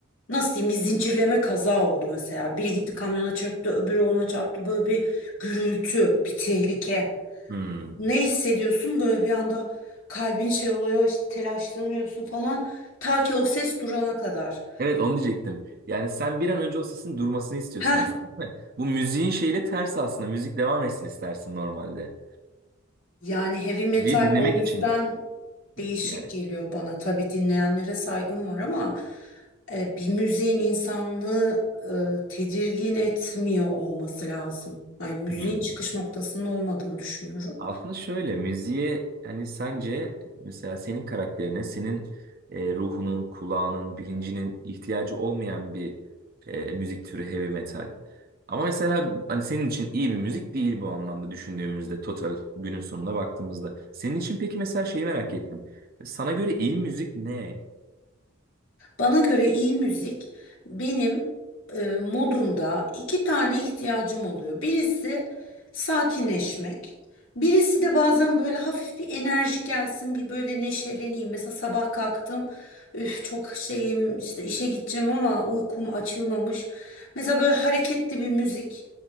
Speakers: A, on the left; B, on the right.
A: nasıl diyeyim bir zincirleme kaza oldu mesela. Biri gitti kamyona çarptı öbürü ona çarptı böyle bir gürültü bir tehlike.
B: Hmm.
A: Ne hissediyorsun böyle bir anda kalbin şey oluyor işte telaşlanıyorsun falan ta ki o ses durana kadar.
B: Evet onu diyecektim. Yani sen bir an önce o sesin durmasını istiyorsun
A: Heh
B: aslında, değil mi? Bu müziğin şeyiyle ters aslında. Müzik devam etsin istersin normalde.
A: Yani heavy metal
B: Müziği dinlemek
A: o yüzden
B: için
A: değişik
B: yani.
A: geliyor bana. Tabii dinleyenlere saygım var ama e, bir müziğin insanlığı e, tedirgin etmiyor olması lazım. Yani müziğin
B: Hmm.
A: çıkış noktasının olmadığını düşünüyorum.
B: Aslında şöyle müziğe hani sence mesela senin karakterine, senin e, ruhunun, kulağının, bilincinin ihtiyacı olmayan bir e, müzik türü heavy metal. Ama mesela hani senin için iyi bir müzik değil bu anlamda düşündüğümüzde total günün sonuna baktığımızda. Senin için peki mesela şeyi merak ettim. Sana göre iyi müzik ne?
A: Bana göre iyi müzik benim e, modumda iki tane ihtiyacım oluyor. Birisi sakinleşmek. Birisi de bazen böyle hafif bir enerji gelsin, bir böyle neşeleneyim. Mesela sabah kalktım, üf çok şeyim işte işe gideceğim ama uykum açılmamış. Mesela böyle hareketli bir müzik